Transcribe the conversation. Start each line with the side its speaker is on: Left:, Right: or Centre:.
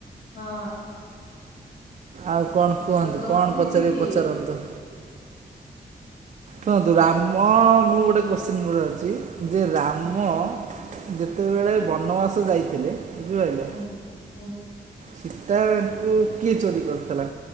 Left: ହଁ।
Right: ଆଉ କଣ କୁହନ୍ତୁ?
Left: ଆଉ ଦଧିଛି
Right: କଣ ପଚାରିବେ
Left: କିଏ?
Right: ପଚାରନ୍ତୁ? କୁହନ୍ତୁ ରାମ ମୁଁ ଗୋଟେ କୋଶ୍ଚିନ୍ ମୋର ଅଛି। ଯେ ରାମ
Left: ହୁଁ
Right: ଯେତେବେଳେ
Left: ହୁଁ
Right: ବ ବାନବାସ ଯାଇଥିଲେ। ବୁଝିପାରିଲେ
Left: ହୁଁ ହୁଁ
Right: ସୀତାଙ୍କୁ କିଏ ଚୋରି କରିଥିଲେ